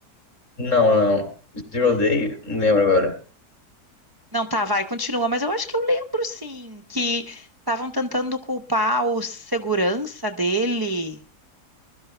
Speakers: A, on the left; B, on the right.
A: Não, não. Zero
B: Ai,
A: Day? Não lembro agora.
B: não, tá, vai, continua. Mas eu acho que eu lembro, sim, que estavam tentando culpar o segurança dele.